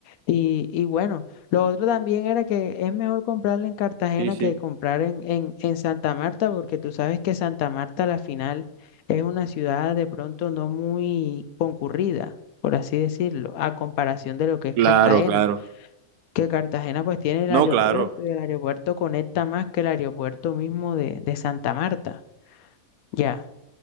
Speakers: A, on the left; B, on the right.
A: y, y bueno, lo otro también era que es mejor comprarla en Cartagena
B: Sí, sí.
A: que comprar en, en, en Santa Marta, porque tú sabes que Santa Marta a la final es una ciudad de pronto no muy concurrida, por así decirlo, a comparación de lo que es
B: Claro,
A: Cartagena
B: claro.
A: que Cartagena pues tiene el
B: No,
A: aeropuerto
B: claro.
A: y el aeropuerto conecta más que el aeropuerto mismo de, de Santa Marta. Ya,